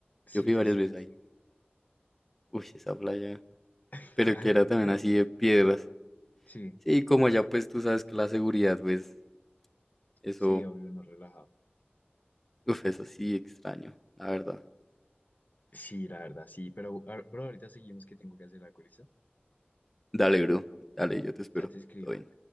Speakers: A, on the left (about 45°); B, in the centre.
A: Sí,
B: Yo fui
A: ya
B: varias
A: sé,
B: veces
A: ya sé.
B: ahí. Uy, esa playa.
A: <laughs>
B: Pero
A: ¿A
B: que
A: lo
B: era también
A: bien?
B: así de piedras.
A: Sí,
B: Sí, como allá pues tú sabes que la seguridad, pues, eso,
A: sí, obvio, no relajado.
B: uf, eso sí extraño, la verdad.
A: Sí, la verdad, sí. Pero, a- pero ahorita seguimos que tengo que hacer la colista.
B: Dale, bro. Dale, yo te espero.
A: Ya te escribo.
B: Todo bien.